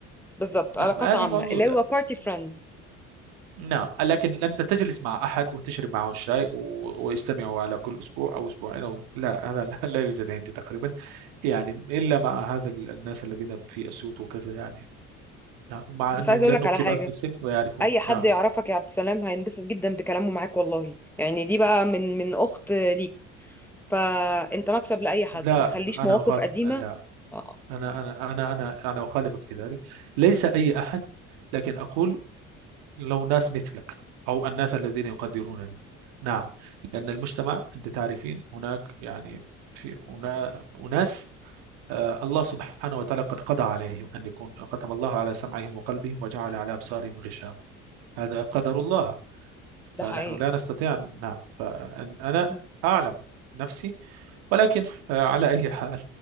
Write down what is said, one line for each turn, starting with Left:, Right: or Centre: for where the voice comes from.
Centre: بالظبط علاقات
Right: نعم هذه
Centre: عامه
Right: موجودة
Centre: اللي هو بارتي فريندز
Right: نعم لكن أنت تجلس مع أحد وتشرب معه الشاي و- ويستمعوا على كل أسبوع أو أسبوعين أو لا هذا لا لا يوجد عندي تقريبا يعني إلا مع هذا ال- الناس الذين في أسيوط وكذا يعني نعم مع
Centre: بس
Right: أنهم
Centre: عايزه
Right: لأنهم
Centre: اقول لك على
Right: كبار
Centre: حاجه
Right: في السن ويعرفون
Centre: اي حد
Right: نعم
Centre: يعرفك يا عبد السلام هينبسط جدا بكلامه معاك والله يعني دي بقى من من اخت ليك فانت مكسب لاي حد
Right: لا
Centre: ما تخليش
Right: أنا
Centre: مواقف
Right: أخاطب
Centre: قديمه
Right: لا
Centre: آه،
Right: أنا أنا أنا أنا أنا أخالفك في ذلك ليس أي أحد لكن أقول لو ناس مثلك أو الناس الذين يقدرونني نعم لأن المجتمع أنت تعرفين هناك يعني في هنا أناس آه، الله سبحانه وتعالى قد قضى عليهم أن يكون ختم الله على سمعهم وقلبهم وجعل على أبصارهم غشاوة هذا قدر الله فنحن
Centre: ده حقيقي
Right: لا نستطيع أن- نعم فأنا
Centre: م.
Right: أعلم نفسي ولكن آه، على أي حال